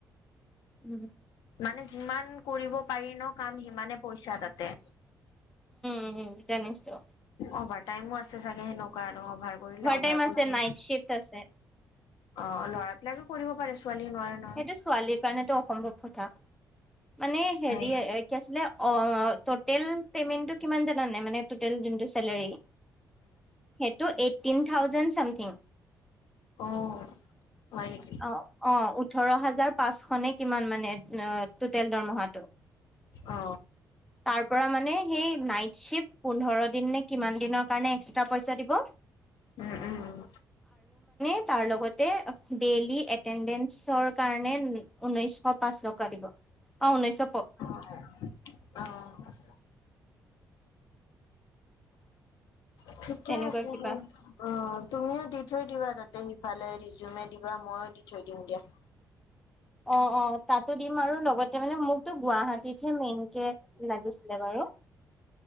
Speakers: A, in the centre; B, on the left.
A: উম।
B: মানে যিমান কৰিব পাৰি ন কাম সিমানে পইচা তাতে।
A: উম। জানিছো৷
B: অভাৰ টাইমো আছে চাগে সেনেকুৱা অঁ, ভাৰ কৰিলে অভাৰ
A: টাইম
B: কৰিছে৷
A: আছে নাইট শ্বিফ্ট আছে
B: অঁ, ল'ৰাবিলাকে কৰিব পাৰে ছোৱালীয়ে নোৱাৰে নহয়
A: সেইটো ছোৱালীৰ কাৰণেতো অসম্ভৱ কথা৷ মানে হেৰি,
B: উম
A: কি আছিলে অ', ত তিল পেমেন্টো কিমান জানানে? মানে টোটেল যোনটো চেলাৰী, সেইটো এই এতটিন থাউেজণ্ড চামথিং৷
B: অ', হয় নেকি?
A: অ অ ওঠৰ হাজাৰ পাঁচশ নে কিমান মানে, অ টোটেল দৰমহাটো,
B: অ
A: তাৰ পৰা মানে সেই নাইট চিফ্ট পোন্ধৰ দিন নে কিমান দিনৰ কাৰণে এক্সট্ৰা পইচা দিব।
B: উম উম৷
A: তাৰলগতে ডেইলি এটেণ্ডে চৰ কাৰণে ন ঊনৈচশ পাঁচ টকা দিব৷ অ', ঊনৈচশ
B: অঁ, হয় অঁ৷ <inaudible> ঠিকে
A: তেনেকুৱা
B: আছে
A: কিবা
B: তে, অ', তুমিও দি থৈ দিবা তাতে৷ তাতে সিফালে ৰিজিউমে দিবা, মইয়ো দি থৈ দিম দিয়া৷
A: অ' অ' তাতো দিম আৰু লগতে মানে মোক তো গুৱাহাটীতহে মেইন- কে লাগিছিলে বাৰু৷